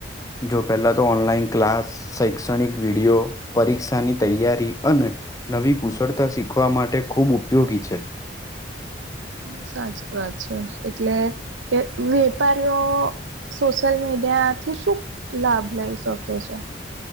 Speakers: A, on the left; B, on the right.
A: જો પહેલા તો ઓનલાઈન ક્લાસ શૈક્ષણિક વિડિઓ પરીક્ષાની તૈયારી અને નવી કુશળતા શીખવા માટે ખૂબ ઉપયોગી છે.
B: હ સાચી વાત છે એટલે કે વેપારીઓ સોશિયલ મીડિયાથી શું લાભ લઈ શકે છે?